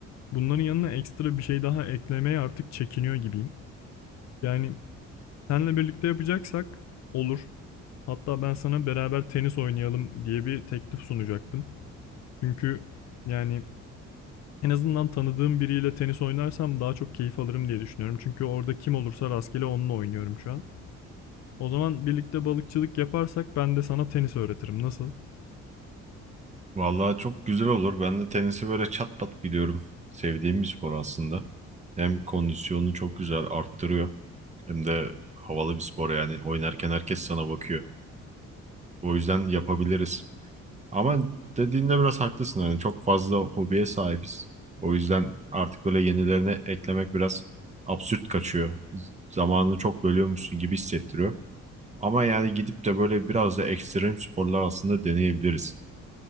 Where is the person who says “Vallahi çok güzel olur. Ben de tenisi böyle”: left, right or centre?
Right